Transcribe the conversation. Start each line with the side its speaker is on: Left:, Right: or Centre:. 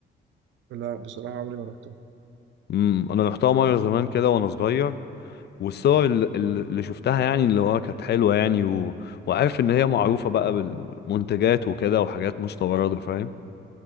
Right: لا بصراحة عمري ما رحتها
Left: امم انا رحتها مره زمان كده وانا صغير والصور اللي, اللي شفتها يعني اللي هو كانت حلوه يعني و... وعارف ان هي معروفه بقى بالمنتجات وكده وحاجات مستورده فاهم